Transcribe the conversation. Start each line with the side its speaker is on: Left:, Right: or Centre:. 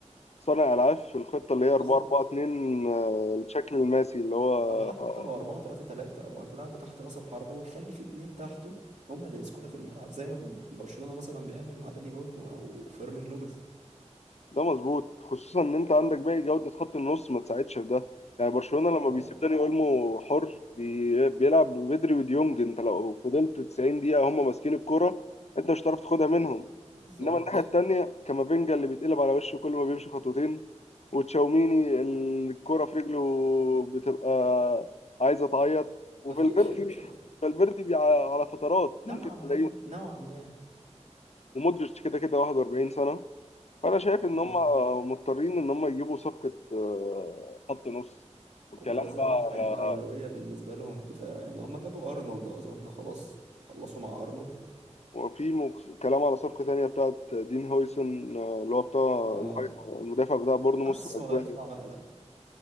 Left: صانع العاب في الخطه اللي هي 4
Right: بالظبط
Left: 4 2 آه، الشكل الماسي اللي هو
Right: او حتى
Left: آه،
Right: لو 4 3 3 وهتلعبوا تحت راس الحربة وتخلي في اتنين تحته هم اللي يمسكوا لك الملعب زي ما ب- برشلونة مثلا بيعمل مع داني اولمو او فيرمين لوبيز
Left: ده مظبوط خصوصا ان انت عندك باقي جوده خط النص ما تساعدش في ده يعني برشلونه لما
Right: اه
Left: بيسيب داني اولمو حر بي- بيلعب ببدري وديونج انت لو فضلت 90 دقيقه هم ماسكين الكوره انت مش هتعرف تاخدها منهم
Right: بالظبط
Left: انما الناحيه التانيه كامافينجا اللي بيتقلب على وشه كل ما بيمشي خطوتين وتشاوميني الكرة في رجله بتبقى عايزه تعيط وفالفيردي
Right: مفيش يا باشا مفيش
Left: فالفيردي بيع- على فترات ممكن
Right: نوعا
Left: تلاقيه
Right: ما نوعا ما
Left: ومودريتش كده كده 41 سنه فانا شايف ان
Right: مم.
Left: هم مضطرين ان هم يجيبوا صفقه آه، خط نص والكلام
Right: هم لازم
Left: بقى على
Right: الأولوية بالنسبة لهم الدفاع يعني هم جابوا أرنولد أظن خلاص خلصوا مع أرنولد
Left: وفي مك- كلام على صفقه تانيه بتاعت دين هويسون آه، اللي هو بتاع
Right: اه
Left: المهاجم- المدافع بتاع بورنموث
Right: حسوا
Left: الاسباني
Right: هيطلع مقلب